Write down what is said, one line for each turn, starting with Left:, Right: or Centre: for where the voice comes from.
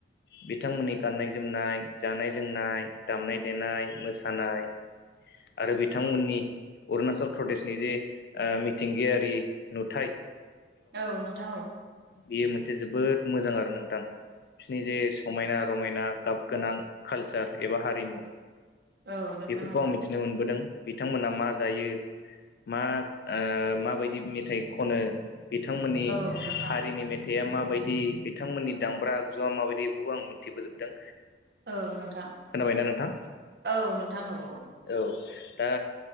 Left: बिथांमोननि गाननाय जोमनाय, जानाय लोंनाय, दामनाय देनाय, मोसानाय आरो बिथांमोननि अरुणाचल प्रदेशनि जे मिथिंगायारि नुथाइ
Right: औ नोंथां औ।
Left: बियो मोनसे जोबोद मोजां आरो नोंथां बिसोरनि जे समायना रमायना गाब गोनां कालचार एबा हारिमु
Right: नोंथां
Left: बेफोरखौ
Right: औ
Left: आं मिथिनो मोनबोदों बिथांमोना मा जायो मा ओ माबायदि मेथाइ खनो बिथांमोननि
Right: औ नोंथां
Left: हारिनि मेथ थाइया माबायदि बिथांमोननि दामब्रा आगजुआ माबायदि बेखौ आं मिन्थिबोजोबदों।
Right: औ नोंथां
Left: खोनाबायना नोंथां
Right: औ नोंथां औ नोंथां औ नोंथां औ
Left: औ। दा